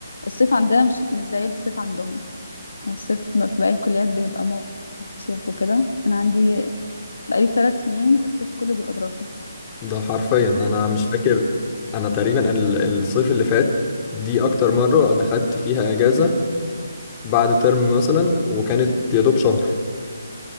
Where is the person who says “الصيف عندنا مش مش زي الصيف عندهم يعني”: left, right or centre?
Left